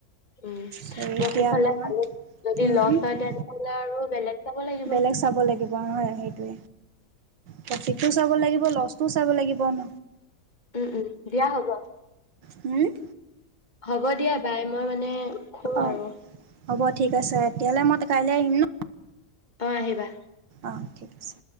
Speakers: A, on the left; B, on the right.
A: উ
B: চ'
A: প্ৰফিট
B: এতিয়া
A: হলে
B: অলপমান
A: ভাল যদি
B: উম
A: লছ হয় তেনেহলে আৰু বেলেগ চাব লাগিব।
B: বেলেগ চাব লাগিব হয় আহ তে তাকেই তো চাব লাগিবতো লছ তো চাব লাগিব ন
A: উম উম দিয়া হ'ব
B: হুম্
A: হ'ব দিয়া বাই মই মানে খো
B: অ
A: আৰু
B: হ'ব ঠিক আছে তেতিয়াহ'লে মই কাইলৈ আহিম ন
A: অঁ আহিবা
B: অঁ ঠিক আছে